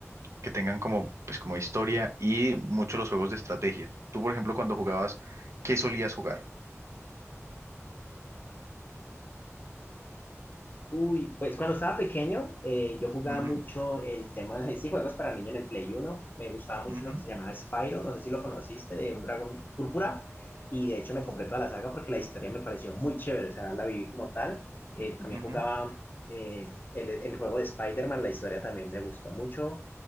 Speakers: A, on the right; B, on the left.
A: que tengan como, pues, como historia y mucho los juegos de estrategia. Tú, por ejemplo, cuando jugabas, ¿qué solías jugar?
B: Uy, pues cuando estaba pequeño, eh, yo jugaba
A: Ujú,
B: mucho el tema de sí, juegos para niños en el Play Uno. Me gustaba mucho
A: ujú,
B: uno que se llamaba Spyro, no sé si lo conociste, de un dragón púrpura. Y de hecho me compré toda la saga porque la historia me pareció muy chévere, o sea, la viví como tal. Eh, también
A: ujú,
B: jugaba eh, el, el juego de Spider-Man, la historia también me gustó mucho.